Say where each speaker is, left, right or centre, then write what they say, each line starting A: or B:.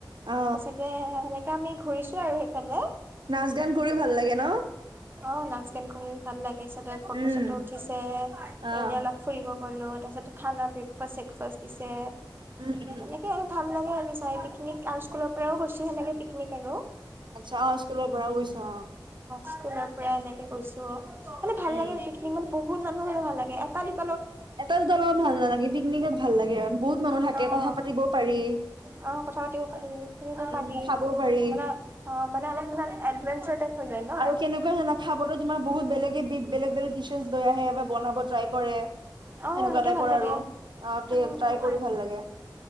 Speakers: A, on the right (about 75°); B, on the right (about 25°).
A: অ
B: তা চাগে সেনেকা আমি ঘূৰিছো আৰু। সেইফালে
A: নাচ গান কৰি ভাল লাগে ন?
B: অ' নাচ গান কৰিও ভাল লাগে চদাই ফটো-চটো
A: উম
B: উঠিছে
A: অ
B: এনে অলপ ফুৰিব গ'লো। পাছতে খানা ব্ৰেকফাষ্ট-চেকফাষ্ট দিছে
A: উম উম
B: এনেকে আৰু ভাল লা আৰু চাই পিকনিক আৰু স্কুলৰ পৰাও গৈছোঁ সেনেকে পিকনিক আৰু।
A: আচ্ছা, অ' স্কুলৰ পৰা গৈছা অ'।
B: স্কুলৰ পৰা এনেকে গৈছোঁ। মানে ভাল
A: উম
B: লাগে পিকনিক মানে বহুত মানুহ হ'লে ভাল লাগে। এটা দু
A: এটা দুটালগত ভাল নালাগে পিকনিকত ভাল লাগে আৰু বহুত মানুহ থাকে
B: অ',
A: কথা পাতিবও পাৰি।
B: অ', কথা পাতিব পাৰি শুনিব
A: উম
B: পাৰি
A: খাবও পাৰি
B: মানে অ' মানে অলপ মানে এডভেঞ্চাৰ টাইপ হৈ যায় ন।
A: আৰু কেনেকুৱা জানা, খাবলৈ তোমাৰ বহুত বে বেলেগে পিক বেলেগ, বেলেগ টিচাৰ্ছ লৈ আহে বা বনাব ট্ৰাই কৰে। সেনেকুৱা
B: অ', সেইটো
A: টাইপৰ
B: ভাল লাগে
A: আৰু আহ, আদৰি
B: উম,
A: ট্ৰাই
B: উম।
A: কৰি ভাল লাগে।